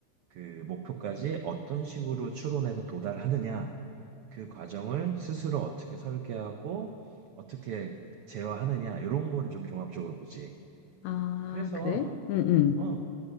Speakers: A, on the right (about 80°); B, on the left (about 75°).
A: 그 목표까지 어떤 식으로 추론해서 도달하느냐 그 과정을 스스로 어떻게 설계하고 어떻게 제어하느냐 이런 거를 좀 종합적으로 보지
B: 아,
A: 그래서
B: 그래? 응,
A: 어,